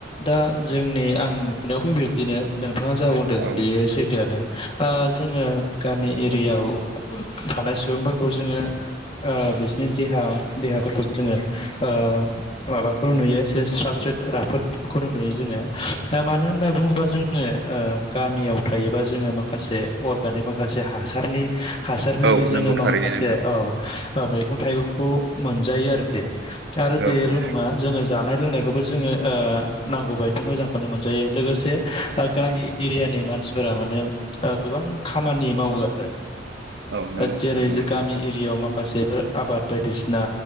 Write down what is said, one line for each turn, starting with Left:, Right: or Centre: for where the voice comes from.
Left: दा जोंनि आं नुनायावबो बिब्दिनो नोंथाङा जा बुंदों।
Right: औ
Left: बेयो सैथोआनो। ओ जोङो गामि एरियायाव थानाय सुबुंफोरखौ जोङो ओ बिसिनि देहा देहाफोरखौ जोङो ओ माबाखौ नुयो स्राद स्रिद राफोदखौनो नुयो जोङो मानो होनना बुङोब्ला जोङो ओ गामियाव थायोबा जोङो माखासे अर्गानिक माखासे हासारनि हासार होयो
Right: औ नंगौ
Left: जोङो
Right: थारैनो
Left: माखासे
Right: नोंथां
Left: औ ओ मैगं थाइगंखौ मोनजायो आरोखि आरो
Right: औ
Left: बेल'
Right: औ
Left: नङा जो जा नाय लोंनायखौबो जोङो ओ नांगौ बायदि मोजांखौनो मोनजायो लोगोसे ओ गामि एरियानि मानसिफोरा माने ओ गोबां खामानि मावो आरो।
Right: औ नंगौ
Left: ओद जेरै
Right: थारैनो
Left: जो
Right: नोंथां
Left: गामि ए माखासे आबाद बायदिसिना